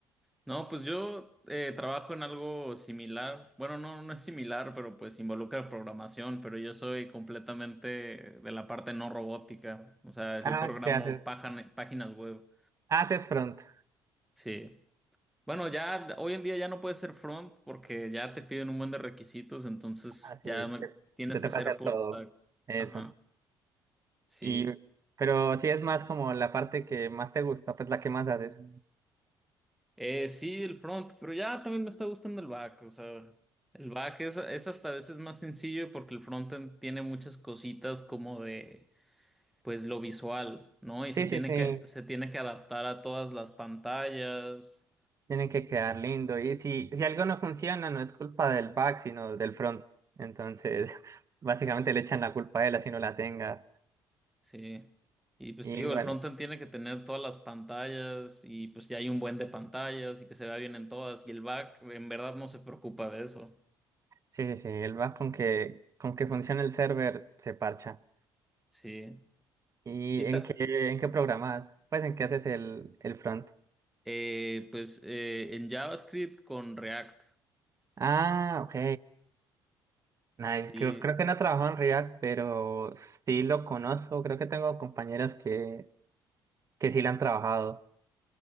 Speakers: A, in the centre; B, on the right.
A: No, pues yo eh, trabajo en algo similar. Bueno, no, no es similar, pero pues involucra programación, pero yo soy completamente de la parte no robótica. O sea,
B: Ah,
A: yo programo
B: ¿qué haces?
A: pájan- páginas web.
B: Ah, te es pronto.
A: Sí. Bueno, ya hoy en día ya no puedes ser front porque ya te piden un buen de requisitos, entonces
B: Ah,
A: ya
B: sí,
A: me-
B: te,
A: tienes
B: te toca
A: que ser
B: hacer
A: full
B: todo
A: stack.
B: eso.
A: Ajá, sí.
B: Y, pero sí es más como la parte que más te gusta, pues la que más haces.
A: Eh, sí, el front, pero ya también me está gustando el back, o sea, el back es, es hasta a veces más sencillo porque el frontend tiene muchas cositas como de, pues, lo visual, ¿no? Y se
B: Sí,
A: tiene
B: sí, sí.
A: que, se tiene que adaptar a todas las pantallas.
B: Tiene que quedar lindo. Y si, si algo no funciona, no es culpa del back, sino del front. Entonces, <laughs> básicamente le echan la culpa a él, así no la tenga.
A: Sí. Y pues
B: Igual,
A: te digo, el frontend tiene que tener todas las pantallas y pues ya hay un buen de pantallas y que se vea bien en todas. Y el back en verdad no se preocupa de eso.
B: sí, sí, sí, el back con que, con que funcione el server se parcha.
A: Sí.
B: ¿Y
A: Y
B: en
A: ta-
B: qué, en qué programas? Pues en qué haces el, el front.
A: eh, pues eh, en JavaScript con React.
B: Ah, ok. Nice.
A: Sí.
B: Creo, creo que no trabajo en React, pero sí lo conozco. Creo que tengo compañeras que, que sí lo han trabajado.